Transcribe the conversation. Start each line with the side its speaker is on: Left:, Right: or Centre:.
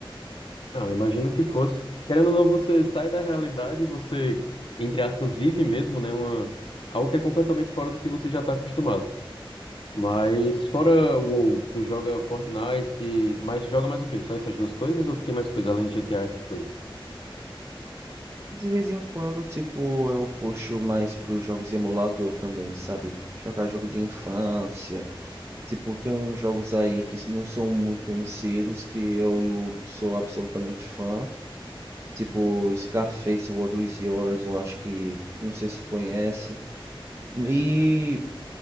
Left: Não, eu imagino que fosse. Querendo ou não, você sai da realidade e você, entre aspas, vive mesmo, né? Uma, algo que é completamente fora do que você já está acostumado. Mas fora o WoW, tu joga Fortnite, mas joga mais o quê? Só essas duas coisas ou tem mais coisa além de GTA, essas coisas?
Right: De vez em quando, tipo, eu puxo mais pros jogos de emulador também, sabe? Jogar jogo de infância. Tipo, tem uns jogos aí que não são muito conhecidos, que eu sou absolutamente fã. Tipo, Scarface, World Is Yours, eu acho que, não sei se tu conhece. E,